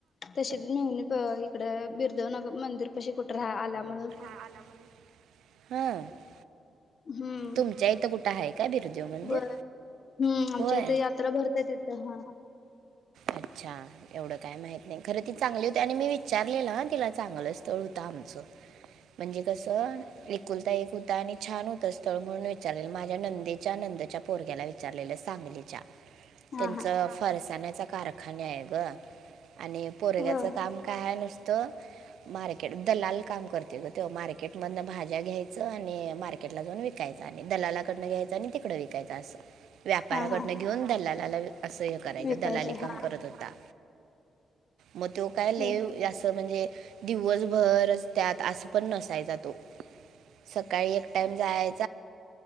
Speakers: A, on the left; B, on the right.
A: तशीच मेहुणी कं इकडं बिरदेवनग मंदिरपशी कुटं राहा आल्या म्हणून
B: हा
A: हम्म
B: तुमच्या इथं कुठं हाय काय बिरदेव मंदिर.
A: होय. हम्म आमच्या
B: होय
A: इथ यात्रा भरत्या तिथं हा
B: अच्छा एवढं काय माहित नाय खरं ती चांगली हुती आणि मी विचारलेलं ह तिला चांगलं स्थळ होत आमचं. म्हणजे कसं एकुलता एक हुता आणि छान होत असं स्थळ म्हणून विचारलेलं माझ्या नंदेच्या नंदच्या पोरग्याला विचारलेलं सांगलीच्या त्यांचं
A: हा हा
B: फरसाण्याचा कारखाना हाय ग आणि पोरग्याचं
A: हो
B: काम काय हाय नुसतं मार्केट दलाल काम करतोय ग त्यो मार्केट मधनं भाज्या घ्यायचं आणि मार्केटला जाऊन विक विकायचं आणि दलालाकडनं घ्यायचं आणि तिकडं विकायचं असं व्यापाराकडनं
A: हा हा
B: घेऊन दलालाला असं हे करायचं
A: विकायचं
B: दलाली
A: हा
B: काम करत होता. म त्यो काय लय
A: हो
B: असं म्हणजे दिवसभरच त्यात असं पण नसायचा तो सकाळी एक टाइम जाय